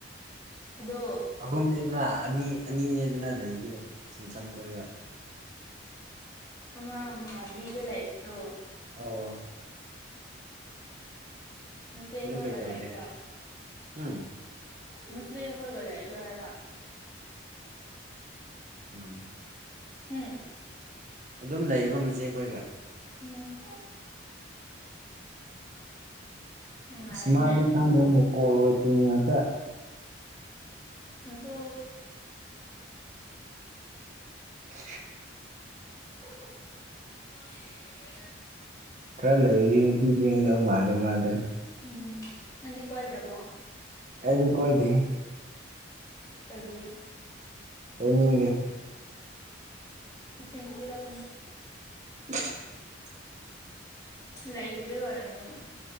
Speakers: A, on the left; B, on the right.
A: ꯑꯗꯣ
B: ꯑꯍꯨꯝꯅꯦꯗꯅ ꯑꯅꯤ ꯑꯅꯤꯅꯦꯗꯅ ꯗꯩꯗꯨ ꯁꯨꯝ ꯁꯝ ꯀꯣꯏꯕ
A: ꯑꯃ ꯃꯍꯥꯕꯂꯤꯗ ꯂꯩꯕꯗꯨ
B: ꯑꯣ
A: ꯃꯆꯦꯈꯣꯏꯒ
B: ꯑꯗꯨ ꯀꯩꯗꯧꯔꯦ
A: ꯂꯩꯕ꯭ꯔꯣ
B: ꯎꯝ
A: ꯃꯆꯦꯍꯣꯏꯒ ꯂꯩꯕ꯭ꯔ ꯍꯥꯏꯕ
B: ꯃꯥꯅꯦ
A: ꯎꯝ
B: ꯑꯗꯨꯝ ꯂꯩꯕ ꯃꯆꯦ ꯈꯣꯏꯒ
A: ꯎꯝ ꯅꯨꯡꯉꯥꯏꯔꯦꯅꯦ
B: ꯁ ꯃꯥꯗꯤ ꯈꯪꯗꯦꯅꯦ ꯀꯣ ꯋꯦꯇꯤꯡ ꯉꯥꯛꯇ
A: ꯅꯇꯨ
B: <inaudible>
A: <inaudible>
B: ꯈꯔ ꯂꯩꯔꯤ ꯅꯨꯄꯤ ꯆꯦꯟꯒꯤꯗꯧ ꯃꯥꯜꯂꯦ ꯃꯥꯗꯦ
A: ꯎꯝ ꯅꯪꯗꯤ ꯀꯣꯏꯗ꯭ꯔꯕꯣ
B: ꯑꯩꯗꯤ ꯀꯣꯏꯗꯦꯍꯦ
A: ꯀꯩꯒꯤ
B: ꯀꯣꯏꯅꯤꯡꯗꯦ
A: ꯅꯆꯤꯟ ꯊꯤꯔꯛꯀꯅꯨ
B: <inaudible>
A: ꯂꯩꯇꯕꯩ ꯑꯣꯏꯔꯝꯅꯤ